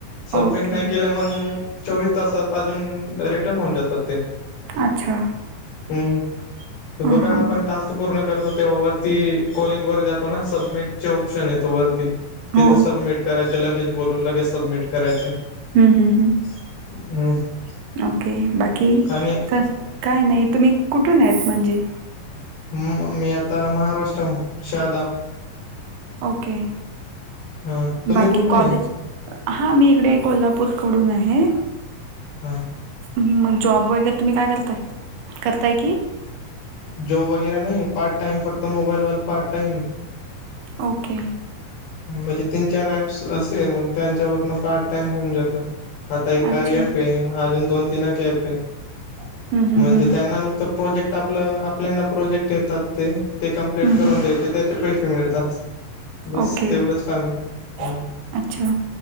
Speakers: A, on the left; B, on the right.
A: सबमिट
B: ओके
A: नाही केलं, मग चोवीस तासात अजून रिटर्न होऊन जातात. ते
B: अच्छा
A: हम्म,
B: हां
A: बघा
B: हां
A: आपण टास्क पूर्ण करतो. तेव्हा वरती कॉलिंग वर जातो ना, सबमिटचे ऑप्शन येतो वरती. तिथे
B: हो
A: सबमिट करायचे. लगेच बोलून लगेच सबमिट करायचे.
B: हम हम हम्म,
A: <inaudible>
B: ओके, बाकी
A: आणि
B: का काय नाही. तुम्ही कुठून आहेत. म्हणजे
A: म मी, आता महाराष्ट्रात शारदा
B: ओके,
A: हा तुम्ही
B: बाकी
A: कुठून
B: कॉलेज
A: आहेत?
B: हा, मी इकडे कोल्हापूरकडून आहे.
A: हा
B: हम्म हम्म, मग जॉब वगैरे तुम्ही काय करताय करताय की,
A: जॉब वगैरे नाही, पार्ट टाइम फक्त मोबाईलवर पार्ट टाइम.
B: ओके,
A: म्हणजे तीन -चार ॲप्स असे मग त्याच्या वरन पार्ट टाइम होऊन जात. आता हे कार्य
B: अच्छा
A: ॲप आहे. अजून दोन -तीन ॲप आहे.
B: हम्म हम्म
A: म्हणजे
B: हम्म
A: त्यांना नुकतं, प्रोजेक्ट आपलं आपल्याना प्रोजेक्ट येतात ते, ते कम्पलेट
B: हम्म
A: करून द्यायचे, त्याचे पैसे मिळतात बस.
B: ओके
A: तेवढंच
B: अच्छा,
A: काम आहे. हा